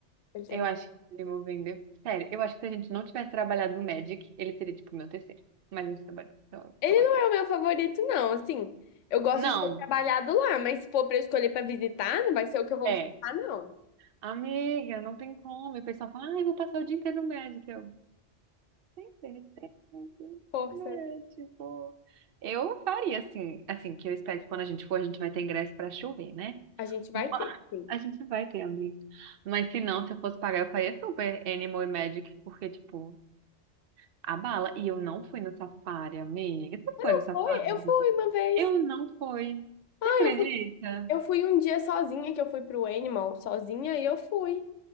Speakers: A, on the left; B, on the right.
A: Ele tem...
B: Eu
A: um-
B: acho que ele me vendeu. Sério, eu acho que se a gente não tivesse trabalhado no Magic, ele seria tipo o meu terceiro. Mas a gente trabalhou, então eu,
A: Ele
B: eu gosto
A: não
B: dele.
A: é o meu favorito, não. Assim, eu gosto
B: Não,
A: de ter trabalhado lá, mas se for pra eu escolher pra visitar, não vai ser o que eu vou
B: é.
A: visitar, não.
B: Amiga, não tem como. E o pessoal fala, ah, eu vou passar o dia inteiro no Magic. eu. Tem certeza,
A: Força.
B: né, tipo, eu faria assim, assim, que eu espero que quando a gente for, a gente vai ter ingresso pra chover, né?
A: A gente vai
B: Mas
A: ter, sim.
B: A gente vai ter, amigo. Mas se não, se eu fosse pagar, eu faria super Animal e Magic, porque, tipo, a bala. E eu não fui no safari, amiga. Você
A: eu
B: foi
A: não
B: no safari?
A: fui Eu fui uma vez.
B: Eu não fui.
A: Ah,
B: Você acredita?
A: eu fui. Eu fui um dia sozinha, que eu fui pro Animal sozinha e eu fui.